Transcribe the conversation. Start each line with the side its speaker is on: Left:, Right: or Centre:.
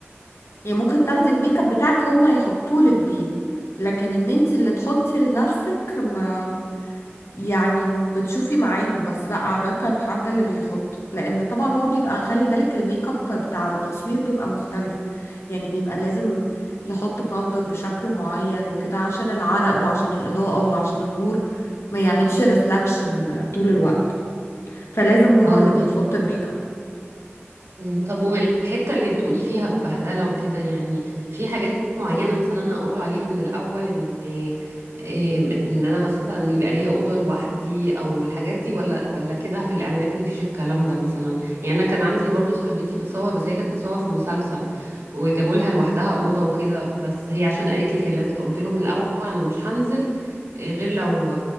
Left: يعني ممكن تاخدي الميك اب بتاعك هما يحطولك بيه لكن ان انت اللي تحطي لنفسك ما يعني بتشوفي معاهم بس لا عادة حد اللي بيحط لأن طبعا هو بيبقى خلي بالك الميك اب بتاع التصوير بيبقى مختلف يعني بيبقى لازم يحط باودر بشكل معين وكده عشان العرق وعشان الإضاءة وعشان النور ما يعملش ريفلاكشن طول الوقت فلازم هو
Right: اه
Left: اللي بيحط الميك اب
Right: مم. طب والحتة اللي بتقولي فيها بهدلة وكده يعني في حاجات معينة مثلا أنا أقوله عليها من الأول إن إيه، إن أنا مثلا يبقى ليا أوضة لوحدي أو الحاجات دي ولا ولا كده في الإعلانات مفيش الكلام ده مثلا يعني أنا كان عندي برضو صاحبتي بتصور بس هي كانت بتصور في مسلسل وجابوا لها لوحدها أوضة وكده بس هي عشان قالت لي كان لازم قلت لهم من الأول أنا مش هنزل غير لو